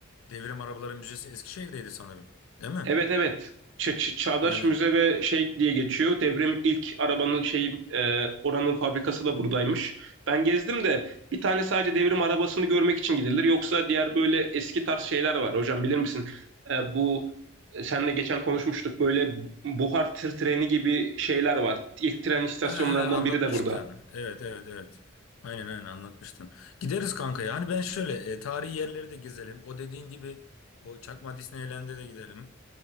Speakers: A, on the left (about 75°); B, on the right (about 60°).
A: Devrim Arabaları Müzesi Eskişehir'deydi sanırım. Değil mi?
B: Evet evet. Ç- ç- Çağdaş
A: Aynen.
B: Müze ve şey diye geçiyor. Devrim ilk arabanın şeyi e, oranın fabrikası da buradaymış. Ben gezdim de bir tane sadece devrim arabasını görmek için gidilir. Yoksa diğer böyle eski tarz şeyler var. Hocam bilir misin? E, bu e, seninle geçen konuşmuştuk. Böyle buhar tır treni gibi şeyler var. İlk tren istasyonlarından
A: He he anlatmıştın.
B: biri de burada.
A: Evet evet evet. Aynen aynen anlatmıştın. Gideriz kanka ya. Hani ben şöyle e, tarihi yerleri de gezelim. O dediğin gibi o Çakma Disneyland'e de gidelim.